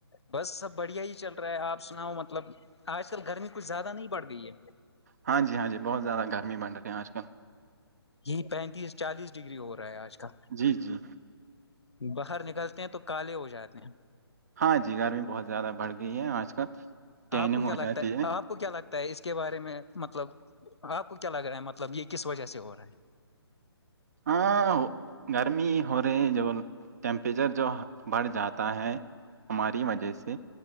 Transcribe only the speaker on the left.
بس سب بڑھیا ہی چل رہا ہے آپ سناؤ مطلب آج کل گرمی کچھ زیادہ نہیں پڑ گئی ہے
یہی پینتیس چالیس ڈگری ہو رہا ہے آج کل
باہر نکلتے ہیں تو کالے ہو جاتے ہیں
آپو کیا
ل
آگتا ہے آپ آپ کو کیا لگتا ہے اس کے بارے میں مطلب آپ کو کیا لگ رہا ہے مطلب یہ کس وجہ سے ہو رہا ہے